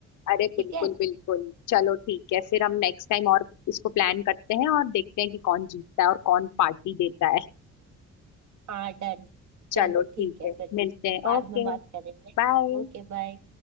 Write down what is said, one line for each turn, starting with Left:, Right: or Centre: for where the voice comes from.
Left: अरे
Right: ठीक
Left: बिल्कुल
Right: है
Left: बिल्कुल चलो ठीक है फिर हम नेक्स्ट टाइम और इसको प्लान करते हैं और देखते हैं कि कौन जीतता है और कौन पार्टी देता है
Right: हाँ डन
Left: चलो
Right: चलो
Left: ठीक
Right: ठीक है
Left: है
Right: फिर
Left: मिलते हैं
Right: बाद
Left: ओके
Right: में बात करेंगे
Left: बाय
Right: Okay bye